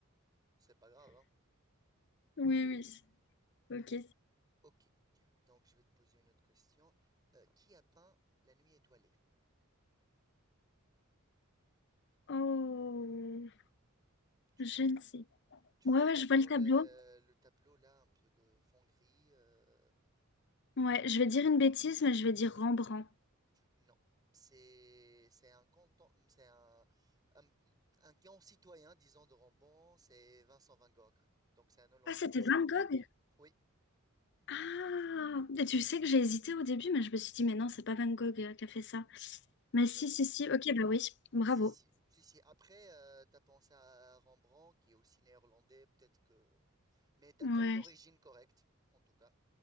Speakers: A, on the right (about 20°); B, on the left (about 55°).
A: C'est pas grave, hein.
B: Oui, oui, ok.
A: Ok. Donc je vais te poser une autre question. Euh, qui a peint La nuit étoilée?
B: Oh,
A: Tu
B: je
A: vois le
B: ne
A: ta-
B: sais.
A: tu
B: Ouais,
A: vois le
B: ouais,
A: tableau
B: je vois le tableau.
A: le, le tableau là un peu que fond gris. euh,
B: Ouais, je vais dire une bêtise, mais je vais dire Rembrandt.
A: Non, c'est c'est un canton, c'est un, un, un grand citoyen, disons, de Rambon, c'est Vincent van Gogh. Donc c'est un Hollandais
B: Ah, c'était
A: aussi.
B: Van Gogh?
A: Oui,
B: Ah, et tu sais que j'ai hésité au début, mais je me suis dit, mais non, c'est pas Van Gogh euh, qui a fait ça. Mais si,
A: euh,
B: si, si, ok, bah oui, bravo.
A: si, si, si, si. Après, euh, t'as pensé à Rembrandt, qui est aussi néerlandais, peut-être que. Mais t'as,
B: Ouais,
A: t'as eu l'origine correcte, en tout cas.